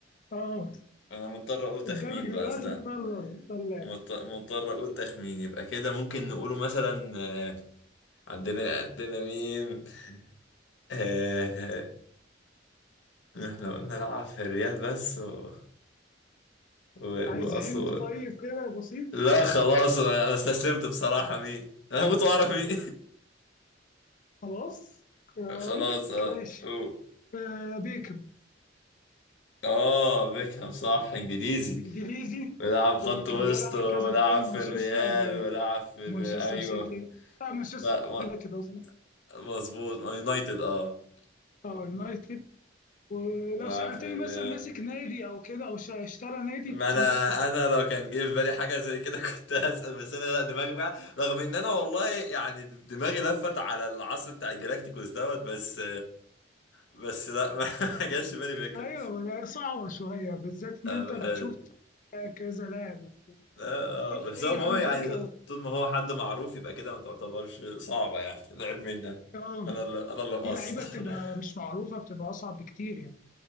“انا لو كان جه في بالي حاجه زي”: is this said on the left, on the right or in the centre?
Left